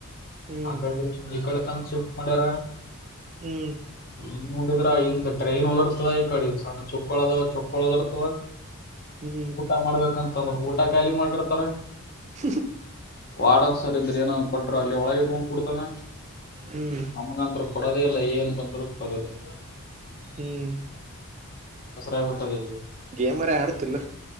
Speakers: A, on the right; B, on the left.
A: ಹ್ಮ್
B: ಆಡೆ ಈಡೆ ಶಿಫ್ಟ್ ಮಾಡ್ಯಾರ
A: ಹ್ಮ್
B: ಹನ್ ನೋಡಿದ್ರ ಇನ್ ಡ್ರೈನ್ ಓದಿರ್ತದ ಈ ಕಡೆ ಸಣ್ಣ ಚುಕ್ಕಳ ಅದಾವ ಚುಕ್ಕಳ್ ಓದಿರ್ತದ
A: ಹ್ಮ್
B: ಊಟ ಮಾಡ್ಬೇಕಂತ ಅಂದ್ರೆ ಊಟ ಖಾಯಾಲಿ ಮಾಡಿರ್ತಾರ
A: ಹ
B: ವಾನ್ ಸರಿ ಇದ್ರ ಏನ ಕೊಟರು ಅಲ್ಲಿ ಒಳಗ ಇಟ್ಕೊಂಡ್ ಕು ಕೊಡ್ತಾನ
A: ಹ್ಮ್ ಹ್ಮ್
B: ಅಮಗಂತ ಕೊ ಪಡದೆ ಇಲ್ಲ ಏನ್ ಬಂದ್ರುಪಡದೆಲ್ಲ
A: ಹ್ಮ್
B: ಆಗ್ಬಿಟ್ಟದ ಇಲ್ಲಿ
A: ಗೇಮ್ರ ಆಡತಿಲ್ಲ